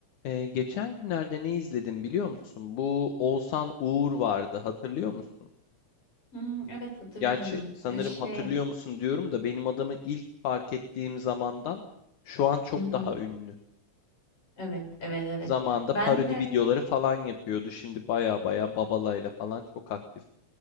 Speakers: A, on the left; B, on the left.
A: Ee, geçen günlerde ne izledim biliyor musun? Bu Oğuzhan Uğur vardı, hatırlıyor musun?
B: Hımm, evet hatırlıyorum.
A: Gerçi sanırım
B: Eee, şey
A: hatırlıyor musun diyorum da benim adamı ilk fark ettiğim zamandan şu an çok
B: Hı hı.
A: daha ünlü.
B: Evet, evet, evet.
A: Zamanında
B: Ben
A: parodi
B: de,
A: videoları falan yapıyordu. Şimdi baya baya Babala'yla falan çok aktif.